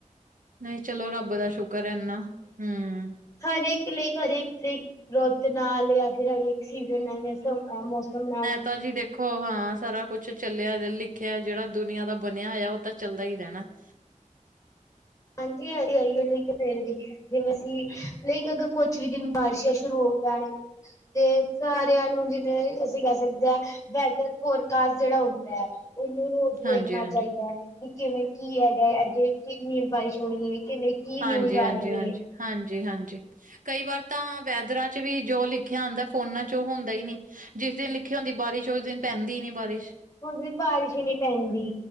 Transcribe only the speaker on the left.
ਹਰ ਏਕ ਲੇਖ, ਹਰ ਏਕ ਲੇਖ, ਰੋਤ ਤੇ ਨਾਲ ਯਾ ਫਿਰ ਹਰਏਕ ਸੀਜਨ ਨਾਲ ਯਾ ਮੌਸਮ ਨਾਲ।
ਹਾਂਜੀ ਹ ਤੇ ਔਈਓ ਲਿਂਕ ਫੇਰ ਵੀ, ਜਿਵੇਂ ਅਸੀਂ ਲਈ ਕ ਅਗਰ ਕੁਛ ਵੀ ਜਿਵੇਂ ਬਾਰਿਸ਼ਾਂ ਸ਼ੁਰੂ ਹੋ ਗਈਆਂ ਨੇ। ਤੇ ਸਾਰੇਆਂ ਨੂੰ ਜਿਵੇਂ ਅਸੀਂ ਕਹ ਸਕਦੇ ਆਂ ਵੈਦਰ ਫੋਰਕਾਸਟ ਜੇੜਾ ਹੁੰਦੈ। ਉਹਨੂੰ ਜਿ
ਵੇਖਨਾ ਚਾਈਦੈ ਕਿ ਕਿਵੇਂ ਕੀ ਹੈਗਾ ਏ, ਅੱਗੇ ਕਿੰਨੀ ਬਾਰਿਸ਼ ਹੋਣੀ ਏ, ਕਿਨੇਂ ਕੀ, ਨੀਊਲ
ਗਾ ਰੀ ਏ।
ਹੁਣ ਵੀ ਬਾਰਿਸ਼ ਹੀ ਨੀ ਪੈਂਦੀ।